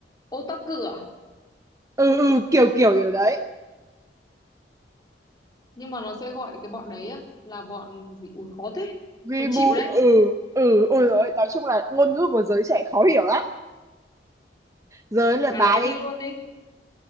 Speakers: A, on the left (about 25°); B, on the right (about 20°).
A: otaku à
B: ừ ừ kiểu kiểu kiểu đấy
A: nhưng mà nó sẽ gọi cái bọn đấy á là bọn gì ui khó thế
B: Weibo
A: ui chịu đấy
B: ừ ừ ôi rồi nói chung là ngôn ngữ của giới trẻ khó hiểu lắm giới lượt
A: bà
B: bà
A: nói
B: đi
A: đi luôn đi